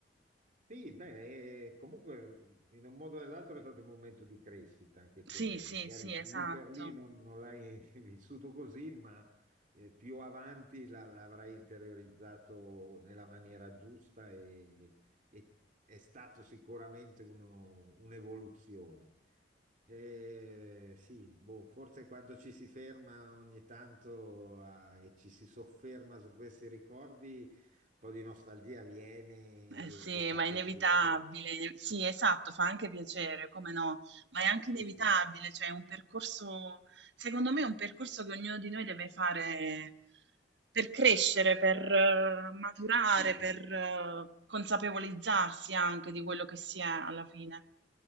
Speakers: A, on the right; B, on the right.
A: Sì, beh, eh, comunque in un modo o nell'altro è stato un momento di crescita anche
B: Sì,
A: quello,
B: sì,
A: magari
B: sì, esatto.
A: lì per lì non, non l'hai <laughs> vissuto così, ma eh, più avanti la- l'avrai interiorizzato nella maniera giusta e, e è stato sicuramente uno- un'evoluzione. Eh, sì, boh, forse quando ci si ferma ogni tanto a- e ci si sofferma su questi ricordi po' di nostalgia viene
B: Eh sì,
A: e, e fa
B: ma
A: piacere.
B: è inevitabile. Sì, esatto, fa anche piacere, come no, ma è anche
A: Sì,
B: inevitabile,
A: sì,
B: cioè è un percorso, secondo me è un percorso che ognuno di noi deve fare per crescere, per eh, maturare,
A: sì, sì,
B: per eh, consapevolizzarsi anche di quello che si è alla fine.